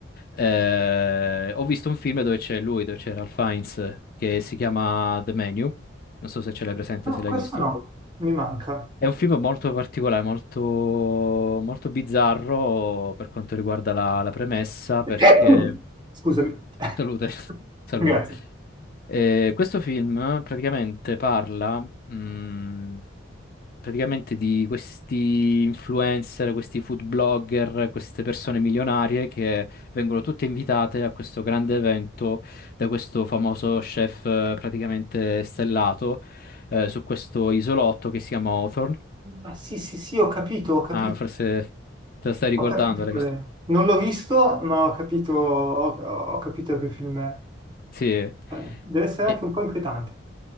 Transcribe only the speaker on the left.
Eh, ho visto un film dove c'è lui, dove c'è Ralph Fiennes, che si chiama The Menu, non so se ce l'hai presente,
se l'hai
visto.
È un film molto particolare, molto, molto bizzarro per quanto riguarda la, la premessa,
perché...
Salute,
<laughs> salute.
Eh, questo film praticamente parla, mh, praticamente di questi influencer, questi food blogger, queste persone milionarie che vengono tutte invitate a questo grande evento da questo famoso chef eh, praticamente stellato eh, su questo isolotto che si chiama Hawthorne
Ah, forse te lo stai ricordando,
l'hai
visto?
Sì.
E,